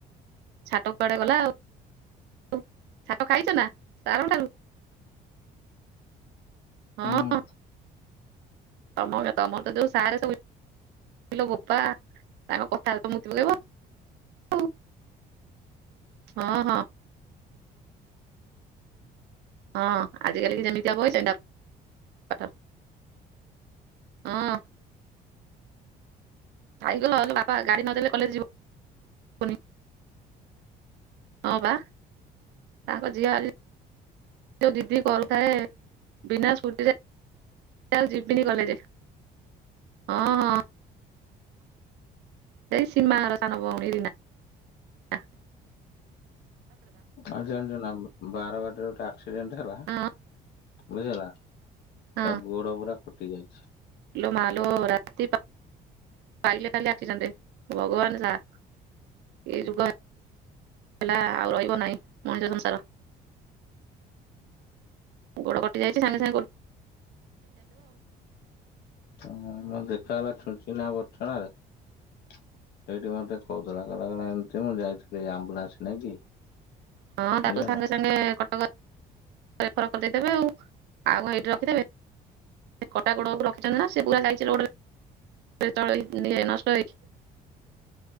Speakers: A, on the right; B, on the left.
A: ଛାଟ କୁଆଡେ ଗଲା ଆଉ। ଉ, ଛାଟ ଖାଇଚ ନା ସାର୍ ଙ୍କ ଠାରୁ? ହଁ।
B: ହୁଁ
A: ତୋମର ତୋମର ତ ଯୋଉ ସାର୍ ସବୁ ଇଲୋ ବୋପା ତାଙ୍କ କଥାରେ ତ ମୁତି ପକେଇବୁ ଆଉ। ହଁ, ହଁ। ହଁ ଆଜିକାଲି କି ଯେମିତିଆ ବହି ସେମିତିଆ ପାଠ। ହଁ। ସାଇକେଲ ହଁ ଲୋ ବାପା ଗାଡ଼ି ନଦେଲେ କଲେଜ୍ ଯିବ ବୁନି। ହଁ ବା ତାଙ୍କ ଝିଅ ଆଜି ଯୋଉ ଜିଦି କରୁଥାଏ ବିନା ସ୍କୁଟି ରେ ଯେ ଆଉ ଯିବିନି କଲେଜେ। ଅଁ, ହଁ। ସେଇ ସିମା ଘର ସାନ ଭଉଣୀ ରିନା। ଆଃ
B: ଆଉ ଜାଣିଚୁ ନା ବାରବାଟୀ ରେ ଗୋଟେ ଆକ୍ସିଡେଣ୍ଟ ହେଲା,
A: ହଁ
B: ବୁଝିଲୁନା।
A: ହଁ
B: ତା ଗୋଡ଼ ପୁରା କଟି ଯାଇଛି।
A: ଲୋ ମାଲୋ ରାତି ପା ପାଇଲେ ଖାଲି ଆକ୍ସିଡେଣ୍ଟ। ଭଗବାନ ସାହା, ଏଇ ଯୁଗ ହେ ହେଲା ଆଉ ରହିବ ନାଇଁ ମଣିଷ ସଂସାର। ଗୋଡ କଟି ଯାଇଚି ସାଙ୍ଗେ ସାଙ୍ଗେ କ
B: ହଁ ମୋ ଦେଖା ହେଲା ଛୁଚ ହେଇ ନା ବଛଣା ରେ ସେଇଠି ମୋତେ କହୁଥୁଲା କ କହିଲା ଏମତି ମୁଁ ଯାଇଥିଲି ଆମ୍ବୁଲାନ୍ସ ନେଇକି।
A: ହଁ ତାକୁ
B: ବୁଝିହେଲା।
A: ସାଙ୍ଗେ ସାଙ୍ଗେ କଟକ ରେଫର୍ କରିଦେଇଥିବେ ଆଉ ଆଉ କଣ ଏଇଠି ରଖିଥିବେ କଟା ଗୋଡକୁ ର ଚନ୍ତି ନା ସିଏ ପୁରା ଯାଇଚି ରୋଡ୍ ରେ ଏ ତଳେ ଇଏ ନଷ୍ଟ ହେଇକି?